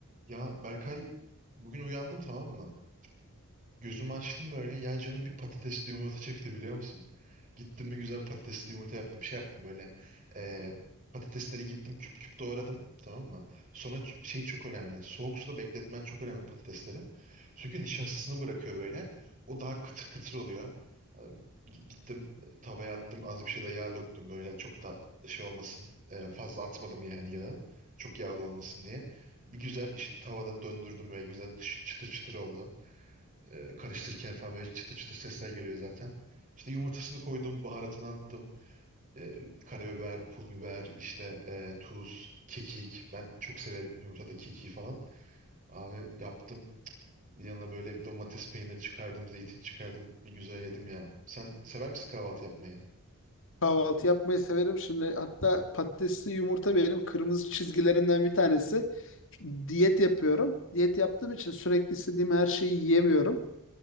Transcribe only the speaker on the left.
Kahvaltı yapmayı severim. Şimdi hatta patatesli yumurta benim kırmızı çizgilerimden bir tanesi. Diyet yapıyorum. Diyet yaptığım için sürekli istediğim her şeyi yiyemiyorum.